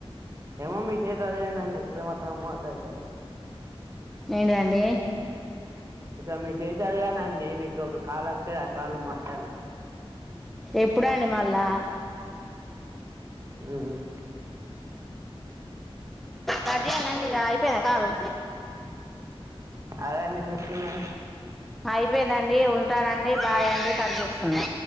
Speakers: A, on the right (about 30°); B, in the centre.
A: ఏమో మీకే తెలియాలి అండి <unintelligible> మాట్లడతారో
B: ఏంటిదండి
A: ఒకవేళ మీషేషి తదిగానండి మీకు ఒక కాల్ వత్తది ఆ కాల్ మాట్లాడండి
B: ఎప్పుడండి మళ్ళా
A: మ్ మ్
B: కట్ చేయాల్నాండి ఇగ అయిపోయిందా కాలు
A: అదండి చూస్తున్నా
B: అయిపోయిందండి ఉంటానండి బాయ్ అండి కట్ చేేస్తున్నా